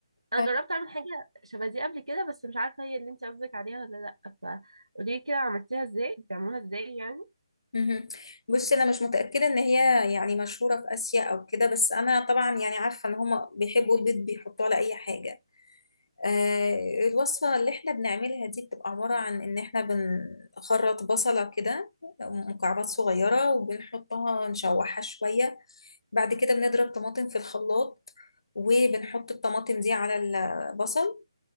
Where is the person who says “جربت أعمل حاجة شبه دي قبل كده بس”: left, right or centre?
Right